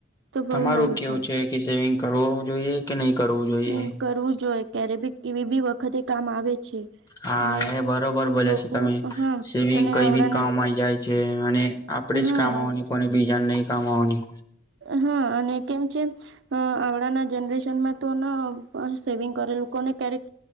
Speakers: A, on the right; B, on the left.
A: તો બહુ
B: તમારું
A: સારું
B: કેવું
A: થાય.
B: છે કે સેવિંગ કરવું જોઈએ કે નહી કરવું જોઈએ
A: હમ કરવું જોઈએ ક્યારે બી કેવી બી વખતે કામ આવે છે
B: હા
A: અને
B: હ બરોબર બોલા
A: લોકો
B: છેો તમે
A: હા
B: સેવિંગ
A: અને
B: કઈ
A: આવડાના
B: બી કામમાં જાય છે અને આપડે
A: હા
B: જ કામવા લોકોને બીજાને નહી કામવાની
A: હા અને કેમ છે અ આવડાના જનરેશનમાં તો સેવિંગ કરે લોકોને ક્યારેક